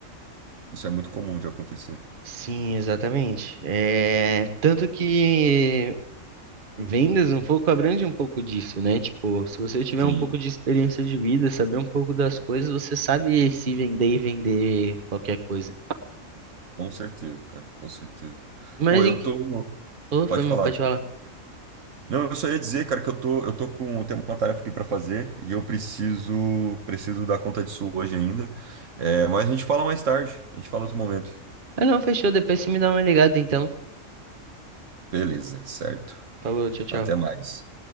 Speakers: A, on the right (about 65°); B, on the right (about 40°).
A: Isso é muito comum de acontecer.
B: Sim, exatamente. É, tanto que vendas um pouco abrange um pouco disso, né? Tipo, se você tiver
A: Sim,
B: um pouco de experiência de vida, saber um pouco das coisas, você sabe se vender e vender qualquer coisa.
A: com certeza, cara, com certeza.
B: Mas
A: Pô, eu
B: em... que-
A: tô.
B: Oh,
A: Pode
B: foi, mano,
A: falar,
B: pode
A: desculpa.
B: falar.
A: Não, eu só ia dizer, cara, que eu tô, eu tô com, eu tenho uma tarefa aqui pra fazer e eu preciso, preciso dar conta disso hoje ainda. É, mas a gente fala mais tarde, a gente fala outro momento.
B: Ah, não, fechou. Depois você me dá uma ligada, então.
A: Beleza, certo.
B: Falou, tchau, tchau.
A: Até mais.